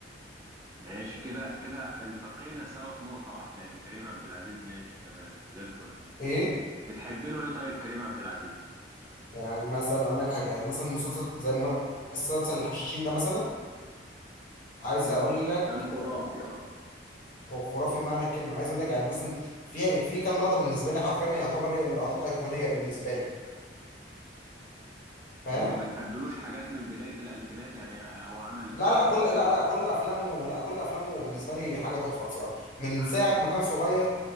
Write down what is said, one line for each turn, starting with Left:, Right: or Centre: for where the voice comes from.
Right: ماشي كده كده التقينا سوا في نقطة واحدة ان كريم عبد العزيز ماشي تمام زي الفل
Left: ايه
Right: بتحب له ايه طيب كريم عبد العزيز
Left: يعني مثلا اقول لك حاجه يعني مثلا مسلسل زي مسلسل الحشاشين ده مثلا عايز
Right: كان
Left: اقول
Right: خ...
Left: لك
Right: كان خرافي
Left: آه،
Right: اه
Left: خرافي بمعنى الكلمه عايز اقول لك يعني مثلا في في كام لقطه بالنسبه لي حرفيا يعتبر هي اللقطات ايقونيه بالنسبه لي فاهم
Right: وما بتحبلوش حاجات من بداية الألفينات يعني آه، هو عمل
Left: لا
Right: فيلم
Left: لا كل
Right: أبو
Left: لا
Right: علي
Left: لا كل افلامه لا كل افلامه بالنسبه لي حاجه تحفه بصراحه من
Right: عمل
Left: ساعه
Right: ال...
Left: ما كان صغير